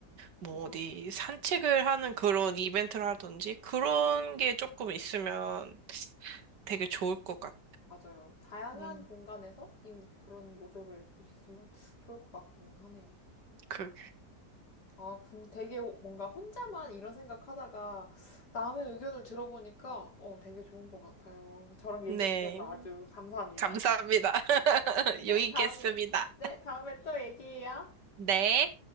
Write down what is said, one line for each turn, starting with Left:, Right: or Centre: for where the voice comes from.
Right: 뭐,
Left: 그죠.
Right: 어디 산책을 하는 그런 이벤트라든지 그런 게 조금 있으면 되게 좋을 것 같은.
Left: 맞아요. 다양한
Right: 음,
Left: 공간에서 이- 그런 모습을 볼 수 있으면 좋을 것 같기는 하네요.
Right: 그,
Left: 아, 궁- 되게 뭔가 혼자만 이런 생각하다가 남의 의견을 들어보니까 어, 되게 좋은 것 같아요. 저랑 얘기해
Right: 네.
Left: 주셔서 아주 감사합니다.
Right: 감사합니다. <laughs> 유익했습니다.
Left: 네, 다음에, 네, 다음에 또 얘기해요.
Right: 네.